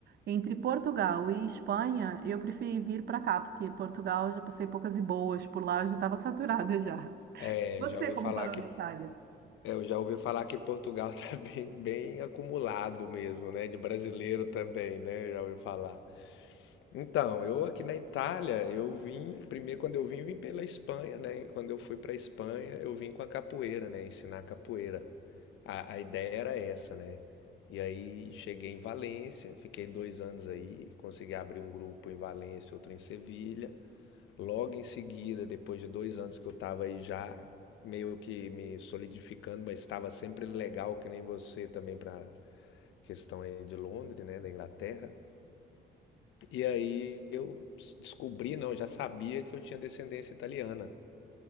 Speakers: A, on the right; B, on the left.
A: Entre Portugal e Espanha, eu preferi vir para cá, porque Portugal eu já passei poucas e boas, por lá eu já estava saturada já.
B: É,
A: Você
B: já ouvi
A: como
B: falar
A: parou
B: que
A: na Itália?
B: É, Eu já ouvi falar que Portugal <laughs> tá bem, bem acumulado mesmo, né? De brasileiro também, né? Eu Já ouvi falar. Então, eu aqui na Itália, eu vim, primeiro quando eu vim, vim pela Espanha, né? E quando eu fui pra Espanha, eu vim com a capoeira, né? Ensinar capoeira. A, a ideia era essa, né? E aí cheguei em Valência, fiquei dois anos aí, consegui abrir um grupo em Valência, outro em Sevilha. Logo em seguida, depois de dois anos que eu estava aí já meio que me solidificando, mas estava sempre legal, que nem você também para questão aí de Londres, né, da Inglaterra. E aí eu s- descobri, não, já sabia que eu tinha descendência italiana.